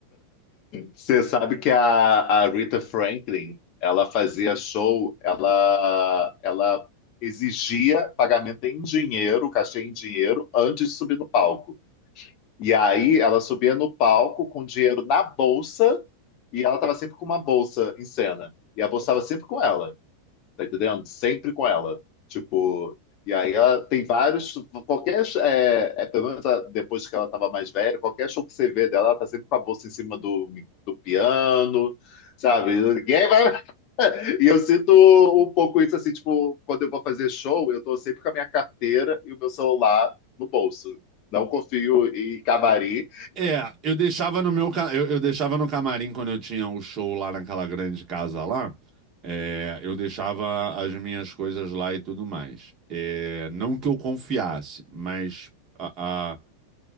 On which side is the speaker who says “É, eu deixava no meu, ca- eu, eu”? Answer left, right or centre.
Right